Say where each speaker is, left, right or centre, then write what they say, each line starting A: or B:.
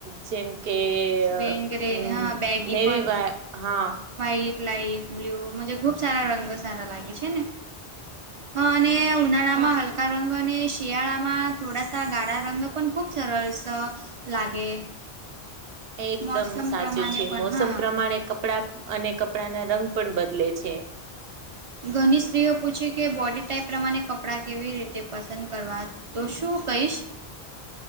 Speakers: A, on the right (about 70°); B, on the right (about 50°).
A: જેમ કે હ
B: બેંગરે
A: મ
B: હા બેગી
A: નેવીવા
B: પણ
A: હા
B: વ્હાઈટ, લાાઈટ બ્લુ મન્જે ખુબ સારા રંગ સારા લાગે છે ને. હા ને ઉનાળામાં
A: હા
B: હલ કા રંગ, અને શિયાળામાં થોડાસા ગાળા રંગ પણ ખૂબ સરળ શ લાગે
A: એકદમ
B: મોસમ
A: સાચું
B: પ્રમાણે
A: છે,
B: પણ
A: મોસમ
B: હા
A: પ્રમાણે કપડા અને કપડાના રંગ પણ બદલે છે.
B: ઘણી સ્ત્રીઓ પૂછે કે, બોડી ટાાઈપ પ્રમાણે કપડાં કેવી રીતે પસંદ કરવા. તો શું કહીશ